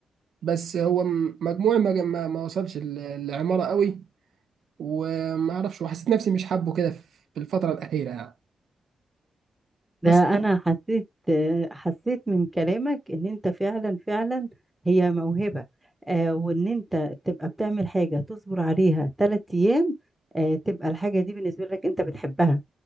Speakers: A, on the right; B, in the centre.
A: بس هو م- مجموعي ما ما ما وصلش ال- العمارة قوي وما أعرفش وحسيت نفسي مش حابه كده في الفترة الأخيرة يعني
B: ده
A: بس
B: أنا حسيت آه، حسيت من كلامك إن أنت فعلا فعلا هي موهبة آه، وإن أنت تبقى بتعمل حاجة تصبر عليها ثلاث أيام آه، تبقى الحاجة دي بالنسبة لك أنت بتحبها